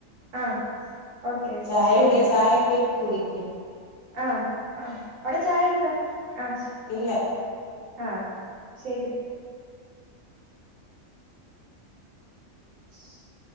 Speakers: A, on the right; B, on the left.
A: ആഹ് ഓക്കെ
B: ചായകുടി
A: ശരി എന്നാ
B: ചായയൊക്കെ ഇട്ട് കുടിക്കും
A: ആഹ് ആഹ് അവിടെ ചായ ഇട്ടോ ആഹ്
B: ഇല്ല
A: ആഹ് ശരി <inaudible>